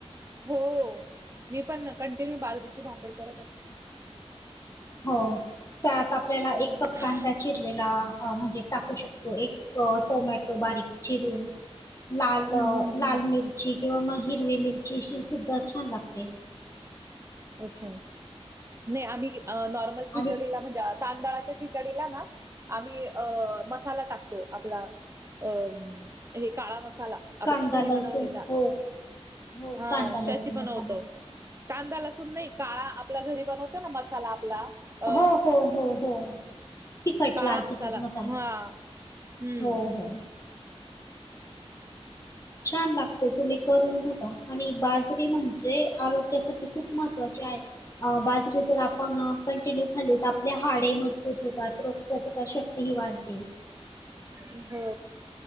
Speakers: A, on the right; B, on the left.
A: हो. मी पण कंटिन्यू, बाजरीची भाकर करत असते.
B: हो. त्यात आपल्याला
A: हम्म
B: एक कप कांदा चिरलेला. म्हणजे टाकू शकतो. एक अ टोमॅटो, बारीक चिरून. लाल
A: हम्म
B: अ लाल
A: हम्म.
B: मिर ची. किंवा म हिरवी मिरची, अशी सुद्धा छान लागते.
A: अच्छा. नाही आम्ही अ नॉर्मल
B: आणि
A: खिचडीला म्हणजे तांदळाच्या खिचडीला ना, आम्ही अ मसाला टाकतो. आपला अं. हे, काळा मसाला. आपल्या
B: कांदा
A: घरी
B: लसूण
A: बनवलेला.
B: हो हो
A: हां,
B: कांदा लसूण
A: त्याची बनवतो.
B: मसाला
A: कांदा - लसून नाही. काळा, आपल्या घरी बनवतो ना, मसाला आपला. अ
B: हो, हो, हो, हो. तिखट.
A: काळा
B: लाल- तिखट मसाला.
A: हा हम्म
B: हो, हो. छान लाग ते तुम्ही करून बघा. आणि बाजरी म्हणजे आरोग्यासाठी, खूप महत्त्वाची आहे. अ बाजरी जर आपण, कंटिन्यू खाल्ली तर, आपली हाडे मजबूत होतात. रोग प्रतिकार शक्ती ही वाढते.
A: <inaudible> हो.